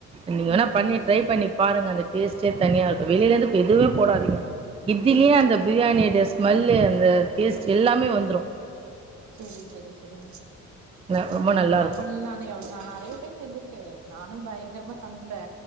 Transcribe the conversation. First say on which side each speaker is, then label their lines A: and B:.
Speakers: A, on the right; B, on the right.
A: நீங்க வேணா
B: ம்,
A: பண்ணி
B: ம்.
A: ட்ரை பண்ணி பாருங்க அந்த டேஸ்ட்டே தனியா இருக்கு வெளியில இருந்து எதுவுமே போடாதீங்க இதுலயே
B: சரி, சரி,
A: அந்த
B: சரி.
A: பிரியாணி ஒடைய ஸ்மெல்லு அந்த டேஸ்ட் எல்லாமே வந்துரு
B: சரி சரி சரிங்
A: ந
B: ஆஹ
A: ரொம்ப நல்லாருக்கும்.
B: நா இ நான எவ்ளோ நா நிறையா டைம் செஞ்சிருக்கே நானு பயங்கரமா சமைப்பே